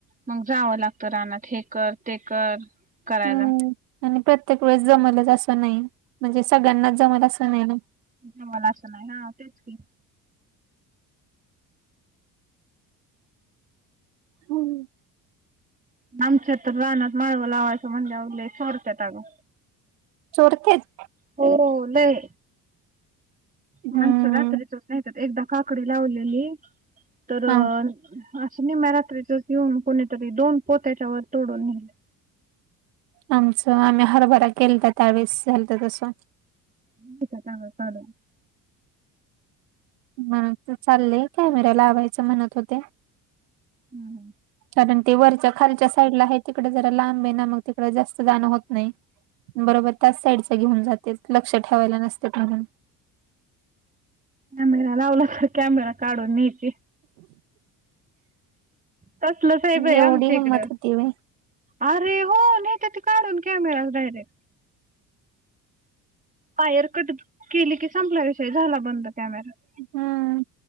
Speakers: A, on the right (about 15°); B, on the right (about 80°).
A: मग जावं लागतं रानात हे कर ते कर करायला.
B: हम्म आणि प्रत्येक वेळेस जमलच असं नाही, म्हणजे सगळ्यांनाच जमल असं नाही ना.
A: जमल असं नाही हा तेच की.
B: हम्म
A: आमच्या तर रानात माळव लावायच म्हणल्याव लय सोडत्यात अग.
B: चोरत्यात
A: हो लय माणसं
B: हम्म
A: रात्रीचच नाही का एकदा काकडी लावलेली तर
B: हा
A: असं नी म्या रात्रीत येऊन कोणीतरी दोन पोत्याच्या वर तोडून नेले.
B: आमचं आम्ही हरभरा केलता त्यावेस झालत तसं.
A: हम्म नेत्या चांगल चालत.
B: मंग च चालय कॅमेरा लावायचं म्हणत होते.
A: हम्म हम्म
B: कारण ते वरच्या खालच्या साईड ला आहे तिकड जरा लांब आहे ना मग तिकड जास्त जाणं होत नाही. बरोबर त्याच साईडच घेऊन जातेत लक्ष ठेवायला नसते म्हणून.
A: कॅमेरा लावला तर कॅमेरा काढून नेती तसलंच आहे बाई
B: एवढी
A: आमच्या इकडं.
B: हिंमत होती व्हय
A: अरे हो नेते ते काढून कॅमेरा डायरेक्ट. वायर कट केली की संपला विषयी झाला बंद कॅमेरा.
B: हम्म